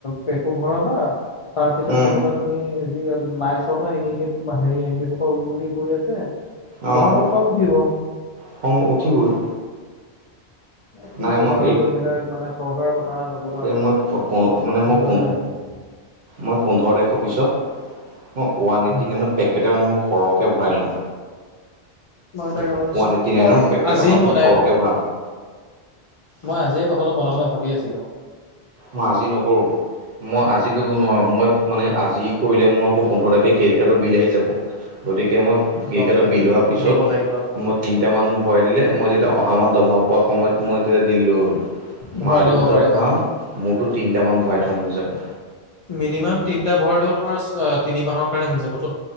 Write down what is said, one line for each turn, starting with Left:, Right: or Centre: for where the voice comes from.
Left: পেকু ভৰাবা, তাৰপিছত
Right: উম
Left: দেখিবা তুমি যি নাইচ চলোৱা এনে এনে হেৰি এমবি সোপা উৰি উৰি গৈ আছে
Right: অ'
Left: তোমাৰতো খং উঠিব
Right: খং উঠিবই।
Left: এ, কি
Right: নাই
Left: কবা
Right: মই
Left: আৰু এইবিলাক মানে চৰকাৰৰ কথা। নক'বা
Right: এ,
Left: আৰু
Right: মই প মানে মই
Left: মোৰ
Right: প
Left: দালে বেয়াকে
Right: মই পোন্ধৰ তাৰিখৰ পিছত ওৱান এইটটি
Left: উম।
Right: নাইনত পেকেইটামান মোক সৰহকে ভৰাই ল'ম।
Left: মই তাকে
Right: ওৱান
Left: ভাবিছো
Right: এইটটি নাইনৰ
Left: মই
Right: পেককেইটামান
Left: আজিয়ে মনে
Right: মই সৰহকে ভৰাম।
Left: মই আজিয়ে কথাটো মনে মনে ভাবি আছিলোঁ।
Right: মই আজি নকৰোঁ, মই আজি কৰিব নোৱাৰো, মই মানে আজি কৰিলে মোৰ আকৌ পোন্ধৰ তাৰিখে কেডিট কাৰ্ডৰ বিল আহি যাব গতিকে মই ক্ৰেডিট
Left: গম
Right: কাৰ্ডত
Left: পাইছো
Right: বিল হোৱা পিছত
Left: দিব লাগিব আকৌ।
Right: মই তিনটামান বঢ়াই দিলে, মই তেতিয়া অহা মাহত দৰমহা পোৱা সময়ত মই তেতিয়া দি দিলে হ'ল,
Left: ভৰাই
Right: মাৰটো
Left: ল'ব
Right: দুটা
Left: পাৰিবা।
Right: বঢ়াম মোৰটো তিনটামান ভৰাই থ'ম হৈ যাব।
Left: মিনিমাম তিনিটা ভৰালেও তোমাৰ তিনি মাহৰ কাৰণে হৈ যাবতো